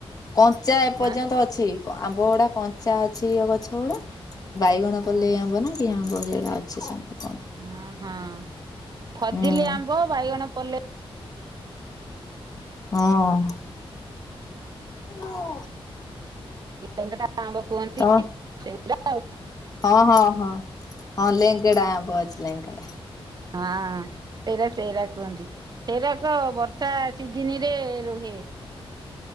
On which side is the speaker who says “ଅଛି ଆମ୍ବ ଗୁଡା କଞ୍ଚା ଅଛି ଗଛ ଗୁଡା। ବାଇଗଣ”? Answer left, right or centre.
Left